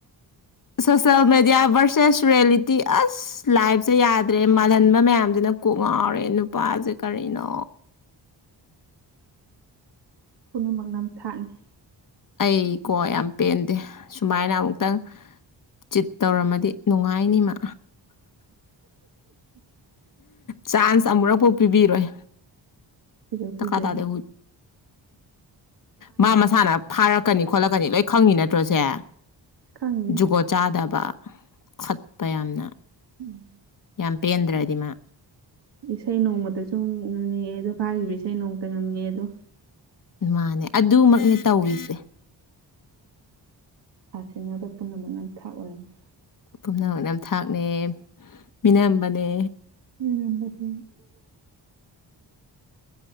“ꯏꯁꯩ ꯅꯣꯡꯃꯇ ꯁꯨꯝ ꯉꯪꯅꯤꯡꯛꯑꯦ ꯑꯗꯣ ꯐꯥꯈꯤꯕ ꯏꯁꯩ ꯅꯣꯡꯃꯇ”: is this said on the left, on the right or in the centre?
Right